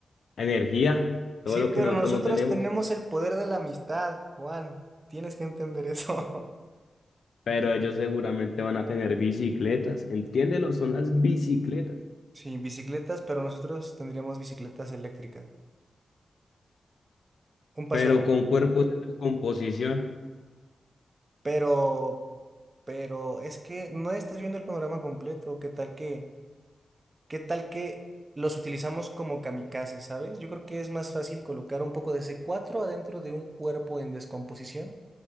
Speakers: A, on the left (about 70°); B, on the right (about 25°).
A: energía, todo
B: Sí,
A: lo que
B: pero
A: nosotros
B: nosotros
A: no tenemos.
B: tenemos el poder de la amistad, Juan. Tienes que entender eso. <laughs>
A: Pero ellos seguramente van a tener bicicletas. Entiéndelo, son las bicicletas.
B: Sí, bicicletas, pero nosotros tendríamos bicicletas eléctricas. Un paso
A: Pero
B: arriba.
A: con cuerpos en descomposición.
B: Pero, pero es que no estás viendo el panorama completo. ¿Qué tal que, qué tal que los utilizamos como kamikazes, ¿sabes? Yo creo que es más fácil colocar un poco de c cuatro adentro de un cuerpo en descomposición